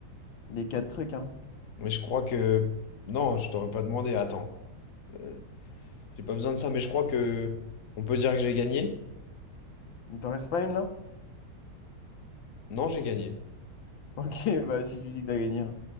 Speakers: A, on the left; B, on the left.
A: les quatre trucs, hein.
B: Mais je crois que. Non, je t'aurais pas demandé. Attends. Euh, j'ai pas besoin de ça, mais je crois que. On peut dire que j'ai gagné?
A: Il t'en reste pas une là?
B: Non, j'ai gagné.
A: Ok, <laughs> bah si tu dis que t'as gagné. hein.